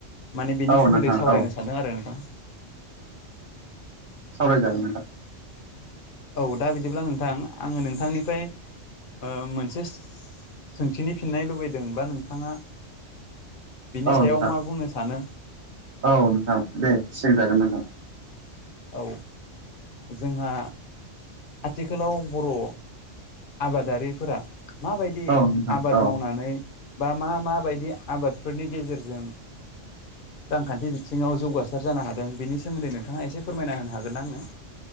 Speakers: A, on the left (about 55°); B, on the right (about 45°).
A: माने बिनि
B: औ
A: सोमोन्दै
B: नोंथां
A: सावरायनो
B: औ
A: सानदों आरो नोंथां।
B: सावराय जागोन
A: औ
B: नोथां।
A: औ दा बिदिब्ला नोंथां आङो नोंथांनिफ्राय ओ मोनसे। सोंथिनि फिननाय लुबैदों बा नोंथाङा बिनि
B: औ
A: सायाव
B: नोंथां
A: मा बुंनो सानो
B: औ नोंथां दे सोंजागोन नोंथां।
A: औ जोंहा आथिखालाव बर' आबादारिफोरा माबायदि
B: औ नोंथां
A: आबाद
B: औ
A: मावनानै बा मा माबायदि आबादफोरनि गेजेरजों
B: <inaudible>
A: रांखान्थि बिथिङाव जौगासार जानो हादों बेनि सोमोन्दै नोंथाङा एसे फोरमायना होनो हागोन ना आंनो?